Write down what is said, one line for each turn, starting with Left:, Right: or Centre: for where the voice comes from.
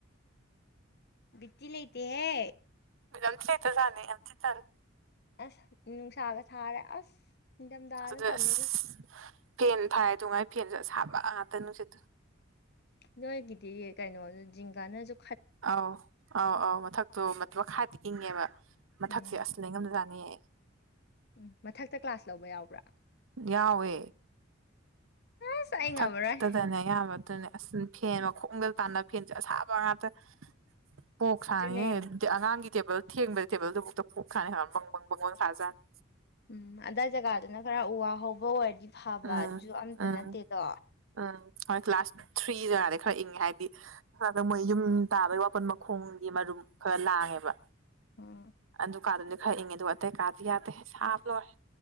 Left: ꯕꯤꯠꯇꯤ ꯂꯩꯇꯦꯍꯦ
Right: ꯂꯝꯊꯤꯇ ꯖꯠꯅꯦ ꯌꯝ ꯊꯤ ꯇꯜꯂꯦ
Left: ꯑꯁ ꯅꯨꯡꯁꯥꯒ ꯁꯥꯔꯦ ꯑꯁ ꯅꯤꯡꯊꯝꯊꯥ
Right: ꯑꯁ ꯑꯗꯨꯟ
Left: ꯅꯠꯇꯕꯅꯤꯅ
Right: ꯑꯁ ꯐꯦꯟ ꯊꯥꯏ ꯇꯨꯉꯥꯏ ꯐꯦꯟꯁꯨ ꯑꯁꯥꯕ ꯉꯥꯛꯇ ꯅꯨꯡꯁꯤꯠ
Left: ꯅꯣꯏꯒꯤꯗꯤ ꯀꯩꯅꯣ ꯖꯤꯡꯒꯥꯅꯁꯨ
Right: ꯑꯥꯎ ꯑꯥꯎ ꯑꯧ ꯃꯊꯛꯇꯣ ꯃꯈꯥꯏꯗꯤ ꯏꯪꯉꯦꯕ ꯃꯊꯛ
Left: ꯎꯝ
Right: ꯁꯦ ꯑꯁ ꯂꯩꯉꯝꯗꯖꯥꯠꯅꯤ ꯅꯦ
Left: ꯎꯝ ꯃꯊꯛꯇ ꯀ꯭ꯂꯥꯁ ꯂꯧꯕ ꯌꯥꯎꯕ꯭ꯔꯥ
Right: ꯌꯥꯎꯋꯦ
Left: ꯑꯁ ꯑꯩ
Right: ꯃꯊꯛꯇꯗꯅꯦ
Left: ꯉꯝꯃꯔꯣꯏ
Right: ꯑꯌꯥꯝꯕ ꯑꯗꯨꯅꯦ ꯑꯁ ꯐꯦꯟ ꯃꯈꯣꯡꯒ ꯇꯥꯟꯅꯕ ꯐꯦꯟꯁꯦ ꯑꯁꯥꯕ ꯉꯥꯛꯇ ꯄꯣꯛꯁꯥꯏꯌꯦ
Left: ꯑꯗꯨꯅꯦ
Right: ꯑꯉꯥꯡꯒꯤ ꯇꯦꯕꯜ ꯊꯦꯡꯕꯗ ꯇꯦꯕꯜꯗꯨꯕꯨꯛꯇ ꯄꯣꯛꯈꯔꯅꯤ ꯍꯥꯏ ꯕꯪꯕꯪ ꯕꯪꯕꯪ ꯁꯥꯖꯥꯅꯤ
Left: ꯎꯝ ꯑꯗꯥꯏ ꯖꯒꯥꯗꯨꯅ ꯈꯔ ꯎ ꯋꯥ ꯍꯧꯕ ꯑꯣꯏꯔꯗꯤ ꯐꯕ
Right: ꯎꯝ
Left: ꯑꯗꯨꯁꯨ ꯑꯝꯇ
Right: ꯎꯝ
Left: ꯅꯠꯇꯦꯗꯣ
Right: ꯎꯝ ꯍꯣꯏ ꯀ꯭ꯂꯥꯁ ꯊ꯭ꯔꯤ ꯖꯒꯥꯗꯤ ꯈꯔ ꯏꯪꯉꯦ ꯍꯥꯏꯕꯗꯤ ꯍꯗ ꯃꯣꯏ ꯌꯨꯝ ꯇꯥꯕꯩ ꯋꯥꯄꯟ ꯃꯈꯣꯡꯒꯤ ꯃꯔꯨꯝ ꯈꯔ ꯂꯥꯡꯉꯦꯕ
Left: ꯎꯝ
Right: ꯑꯗꯨ ꯀꯥ ꯑꯗꯨꯝꯗꯤ ꯈꯔ ꯏꯪꯉꯦ ꯑꯗꯨ ꯑꯇꯩ ꯀꯥꯗꯤ ꯌꯥꯗꯦ ꯁꯥꯕ ꯂꯣꯏꯔꯦ